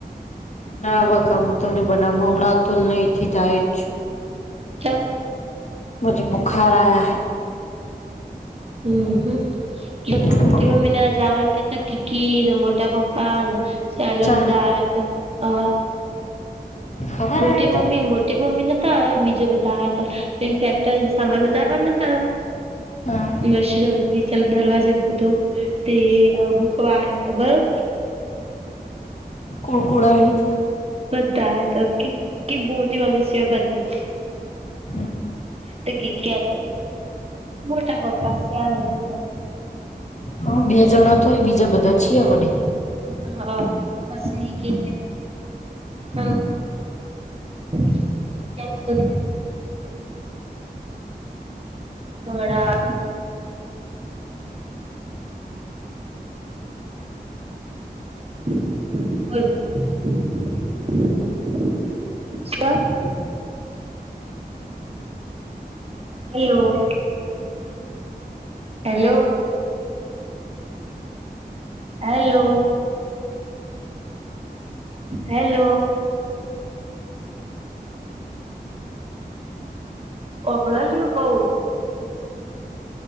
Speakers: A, on the left; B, on the right.
A: ના આવા કામું તો નને બનાવું હમણાં અતુલ નહીથી ડાયટ છું
B: તમ
A: મુજ બુખાર આયા હૈ
B: હમ લગભગ
A: એટલે
B: મોટી
A: પકોડી
B: મમ્મી નાને જવાની કે કીકી ને મોટા પપ્પાને સેલન
A: જાણે
B: બધા આવ તો અ
A: ખબર
B: મોટી
A: આયા તો
B: મમ્મી મોટી મમ્મી નતા બીજે બધા આવે તો ઇફેક્ટ સામાન ઉતારવા નતા
A: હા
B: મશીન બધું વિચાર દરવાજા તોું તે મુૂકવા તો બરોબર
A: કુળકુડા હણું
B: બધા તો કે મોટી મમ્ી સિવાય બધા
A: હમ
B: તો ગી ગ્યા તો મોટા પપ્પા સ્યાલ બધા
A: હા બે જણા તોય બીજા બધા છીએ વડે
B: હાા બસ એ કે સ ત ત વડા.
A: એ છે <unintelligible>
B: બ શ હલો હેલો હેલો હેલો ઓભણ લ કઉ